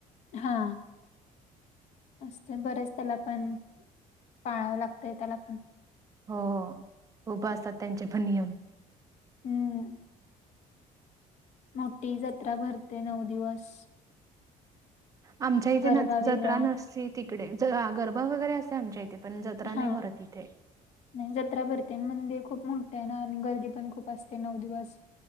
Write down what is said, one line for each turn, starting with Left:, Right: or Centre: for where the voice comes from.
Left: हा असतं बरेच त्याला पण पाळावं लागतंय त्याला पण
Right: हो खूप असतात त्यांचे पण नियम
Left: हम्म मोठी जत्रा भरते नऊ दिवस
Right: आमच्या इथे
Left: गरबा
Right: जत्रा
Left: वेगळा
Right: नसती. तिकडे गरबा वगैरे असे आमच्या इथे पण जत्रा नाही
Left: हा
Right: भरत इथे
Left: नाही जत्रा भरते मंदिर खूप मोठे आहे ना आणि गर्दी पण खूप असते नऊ दिवस